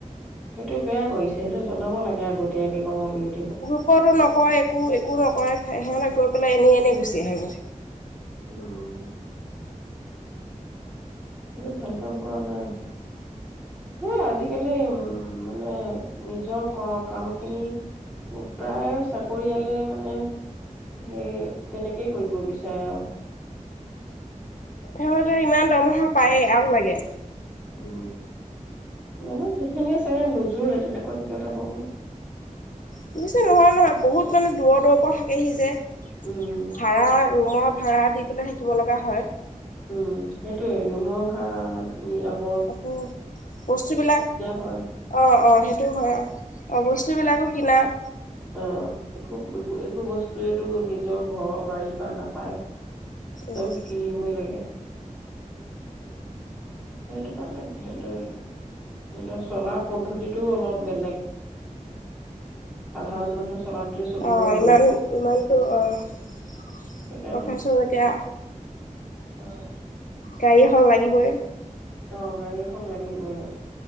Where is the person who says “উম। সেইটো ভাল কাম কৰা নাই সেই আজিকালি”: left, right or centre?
Centre